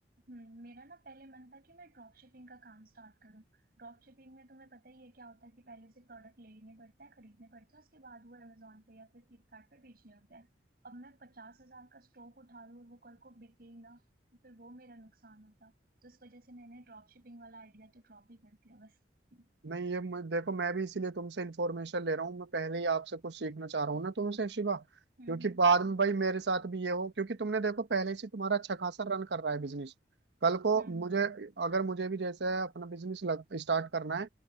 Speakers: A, on the right; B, on the right.
A: हम्म, मेरा ना पहले मन था कि मैं ड्रॉप शिपिंग का काम स्टार्ट करूं ड्रॉप शिपिंग में तुम्हें पता ही है क्या होता है कि पहले से प्रोडक्ट लेने पड़ते हैं खरीदने पड़ते हैं उसके बाद वो अमेजोन पे या फिर फ्लिपकार्ट पे बेचने होते हैं अब मैं पचास हजार का स्टॉक उठा लूं और वो कल को बिके ही ना तो फिर वो मेरा नुकसान होता तो इस वजह से मैंने ड्रॉप शिपिंग वाला आइडिया तो ड्रॉप ही कर दिया बस हम्म
B: नहीं ये मैं, देखो मैं भी इसीलिए तुमसे इन्फॉर्मेशन ले रहा हूँ मैं पहले ही आपसे कुछ सीखना चाह रहा हूँ ना तुमसे शिवा
A: हम्म
B: क्योंकि बाद में भाई मेरे साथ भी ये हो क्योंकि तुमने देखो पहले से तुम्हारा अच्छा खासा रन कर रहा है बिजनेस कल को
A: हम्म
B: मुझे
A: हम्म
B: अगर मुझे भी जैसे अपना बिजनेस लग स्टार्ट करना है